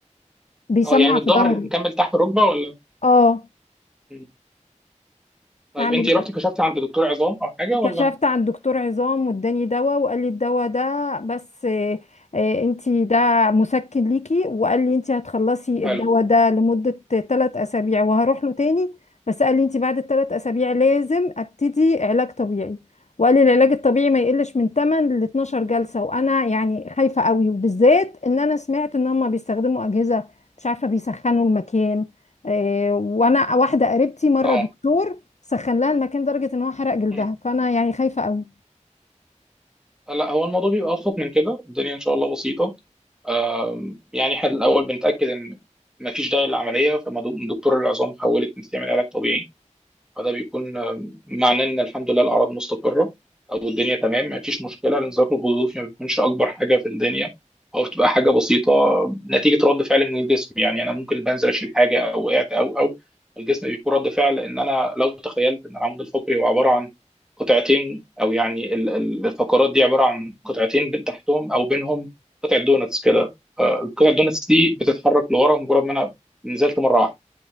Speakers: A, on the left; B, in the centre.
A: بيسمع
B: اه يعني من الظهر
A: في ظهري
B: مكمل تحت الركبه ولا
A: اه
B: مم. طيب
A: اعمل
B: انت رحتي كشفتي عند دكتور عظام او حاجه ولا
A: كشفت عند دكتور عظام واداني دواء وقال لي الدواء ده بس آه، آه، انتي ده مسكن ليكي وقال لي انتي هتخلصي
B: حلو
A: الدواء ده لمدة ثلاث اسابيع وهروح له تاني بس قال لي انتي بعد الثلاث اسابيع لازم ابتدي علاج طبيعي وقال لي العلاج الطبيعي ما يقلش من 8 ل 12 جلسة وانا يعني خايفة قوي وبالذات ان انا سمعت ان هم بيستخدموا اجهزة مش عارفة بيسخنوا المكان آه، وانا واحدة قريبتي مرة
B: اه
A: دكتور سخن لها المكان لدرجة ان هو حرق جلدها
B: مم.
A: فانا يعني خايفة قوي
B: لا هو الموضوع بيبقى ابسط من كده الدنيا ان شاء الله بسيطه آم، يعني احنا الاول بنتاكد ان مفيش داعي للعمليه فدكتور العظام حولك انت تعمل علاج طبيعي فده بيكون آه، معناه ان الحمد لله الاعراض مستقره او الدنيا تمام ما فيش مشكله الانزلاق الغضروفي ما بيكونش اكبر حاجه في الدنيا او بتبقى حاجه بسيطه نتيجه رد فعل من الجسم يعني انا ممكن بنزل اشيل حاجه او وقعت او او الجسم بيكون رد فعل ان انا لو تخيلت ان العمود الفقري هو عباره عن قطعتين او يعني ال- ال- الفقرات دي عباره عن قطعتين بين- تحتهم او بينهم قطعه دونتس كده فالقطعه الدونتس دي بتتحرك لورا مجرد ما انا نزلت مره واحده